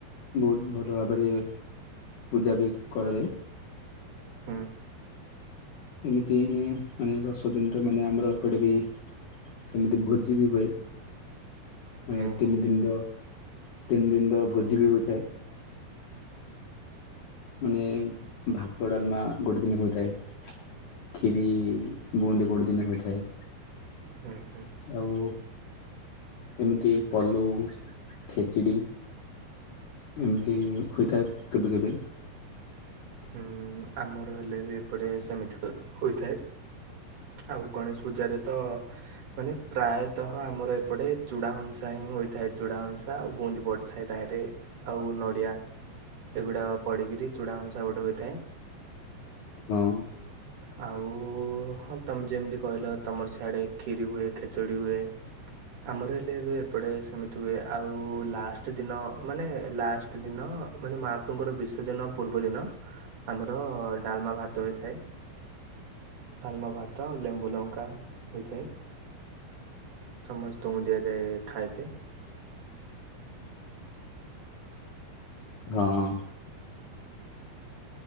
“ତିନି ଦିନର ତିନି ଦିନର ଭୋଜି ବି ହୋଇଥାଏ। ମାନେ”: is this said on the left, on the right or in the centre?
Left